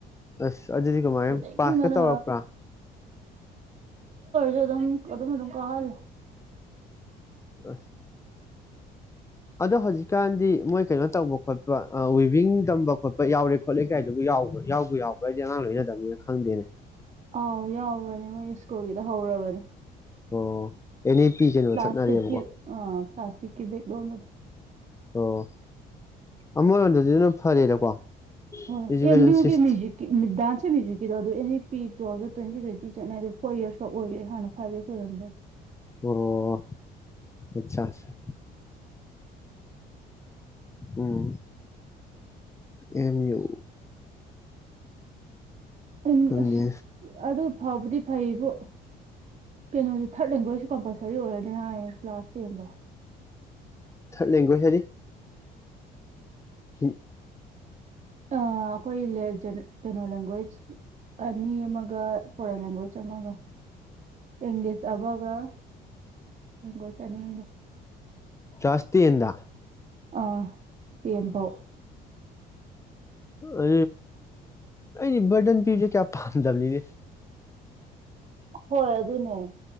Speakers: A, on the left; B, on the right.
A: ꯑꯁ ꯑꯗꯨꯗꯤ ꯀꯃꯥꯏꯅ
B: ꯐꯨꯅꯤꯡꯕꯅ
A: ꯄꯥꯁ ꯈ ꯇꯧꯔꯛꯄ꯭ꯔꯥ
B: ꯀꯔꯝ ꯑꯣꯗꯣ ꯃꯗꯨꯣ ꯀꯥ ꯍꯜ
A: ꯑꯁ ꯑꯗꯣ ꯍꯧꯖꯤꯛꯀꯥꯟꯗꯤ ꯃꯣꯏ ꯀꯩꯅꯣ ꯇꯧꯕ ꯈꯣꯠꯄ ꯋꯤꯕꯤꯡ ꯇꯝꯕ ꯈꯣꯠꯄ ꯌꯥꯎꯔꯦ ꯈꯣꯠꯂꯦ ꯀꯥꯏꯗꯨꯕꯨ ꯌꯥꯎꯕ꯭ꯔꯥ ꯌꯥꯎꯕ ꯌꯥꯎꯕ꯭ꯔꯥ ꯍꯥꯏꯗꯤ ꯑꯉꯥꯡ ꯂꯣꯏꯅꯗꯕꯅꯤꯅ ꯈꯪꯗꯦꯅꯦ
B: ꯑꯥꯎ ꯌꯥꯎꯕꯅꯦ ꯃꯣꯏ ꯁ꯭ꯀꯨꯜꯒꯤꯗ ꯍꯧꯔꯕꯅꯦ
A: ꯑꯣ ꯑꯦꯟ ꯑꯦ ꯄꯤ ꯀꯩꯅꯣ
B: ꯄ꯭ꯂꯥꯁꯇꯛꯀꯤ
A: ꯆꯠꯅꯔꯦꯕꯀꯣ
B: ꯑ ꯄ꯭ꯂꯥꯁꯇꯤꯀꯤ ꯦꯒꯂꯣ ꯃ
A: ꯑꯣ ꯑꯃꯔꯣꯝꯗꯗꯤ ꯑꯗꯨ ꯐꯔꯦꯗꯀꯣ
B: ꯍꯣꯏꯦꯝꯗꯤꯨ
A: ꯏꯖꯨꯀꯦꯁꯟ ꯁꯤꯁꯇꯦꯝ
B: ꯀ ꯃꯨꯖꯤꯀꯤꯗꯥꯁꯦ ꯃꯨꯖꯤꯛꯀꯤ ꯑꯗꯨꯅꯤ ꯄꯤꯗ꯭ꯔꯣꯁꯨ ꯇ꯭ꯋꯦꯟꯇꯤ ꯇ꯭ꯋꯦꯟꯇꯤ ꯆꯠꯩ ꯑꯗꯨ ꯐꯣꯔ ꯌꯔꯁꯀ ꯑꯣꯏꯈꯔꯦꯥꯟꯅ ꯐꯥꯏꯚ ꯌꯔꯁ ꯑꯣꯏꯔꯝꯕ꯭ꯔꯗꯤ
A: ꯑꯣ ꯑꯆꯥꯁ ꯎꯝ ꯑꯦꯝ ꯌꯨ
B: ꯎꯝ
A: ꯈꯪꯗꯦ
B: ꯑꯗꯨ ꯑꯗꯨ ꯐꯕꯗꯤ ꯐꯩꯕꯨ ꯀꯩꯅꯣꯁꯨ ꯊꯥꯔꯠ ꯂꯦꯡꯒ꯭ꯋꯦꯖꯁꯨ ꯀꯝꯄꯜꯁꯔꯤ ꯑꯣꯏꯔꯅꯤ ꯍꯥꯏꯌꯦ ꯀ꯭ꯂꯥꯁ ꯇꯦꯟꯗꯣ
A: ꯂꯦꯡꯒꯣꯏ ꯍꯥꯏꯔꯤ ꯍ
B: ꯑꯩꯈꯣꯏ ꯀꯩꯅꯣ ꯂꯦꯡꯒ꯭ꯋꯦꯖ ꯑꯅꯤ ꯑꯃꯒ ꯐꯣꯔꯦꯟ ꯂꯦꯡꯒ꯭ꯋꯦꯖ ꯑꯃꯒ ꯌꯦꯡꯦꯁ ꯑꯕꯒ ꯒꯣꯏ ꯆꯅꯤꯕ
A: ꯥꯁꯇ ꯏꯗ
B: ꯑꯥ ꯇꯦꯝꯕꯧ ꯎꯝ
A: ꯑ ꯑꯩ ꯕꯗꯟ ꯄꯤꯖꯦ ꯀꯌꯥ ꯄꯥꯝꯖꯕꯂꯤꯅꯦ
B: ꯍꯣꯏ ꯑꯗꯨꯅꯦ